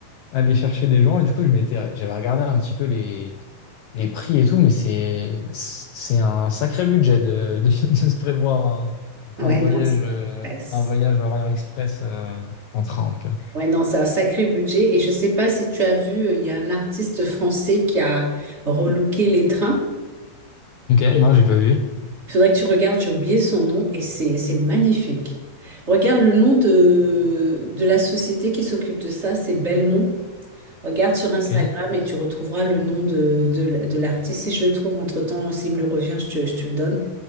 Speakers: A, on the left (about 85°); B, on the right (about 25°).
A: aller chercher des gens. Et du coup, je m'étais, j'avais regardé un petit peu les prix et tout, mais c'est c'est un sacré budget de, de, <laughs> de se prévoir un,
B: Ouais,
A: un voyage
B: non. c'est-
A: euh,
B: Ouais, c'est-
A: un voyage Orient Express euh, en train. en tout cas.
B: ouais, non, c'est un sacré budget. Et je sais pas si tu as vu, euh, il y a un artiste français qui a relooké les trains.
A: Ok,
B: Il
A: non, j'ai pas vu.
B: faudrait que tu regardes, j'ai oublié son nom et c'est c'est magnifique. Regarde le nom de, de la société qui s'occupe de ça, c'est Belmont. Regarde sur Instagram
A: Ok.
B: et tu retrouveras le nom de, de, l- de l'artiste. Si je le trouve entre-temps, s'il me le revient, je te, je te le donne.